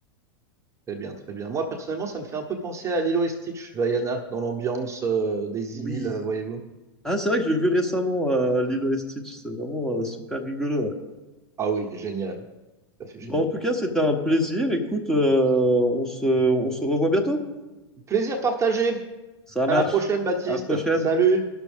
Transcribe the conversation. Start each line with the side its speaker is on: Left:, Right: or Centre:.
Right: Très bien, très bien. Moi, personnellement, ça me fait un peu penser à Lilo et Stitch, Vaiana, dans l'ambiance, euh, des
Centre: Oui.
Right: îles, euh, voyez-vous.
Centre: Ah, c'est vrai que j'ai vu récemment euh, Lilo et Stitch. C'est vraiment euh, super rigolo. ouais.
Right: Ah oui, il est génial. Ça fait
Centre: Bon,
Right: génial.
Centre: en tout cas, c'était un plaisir. Écoute, euh, on se, on se revoit bientôt.
Right: Plaisir partagé.
Centre: Ça marche.
Right: À la prochaine, Baptiste.
Centre: À la prochaine.
Right: Salut.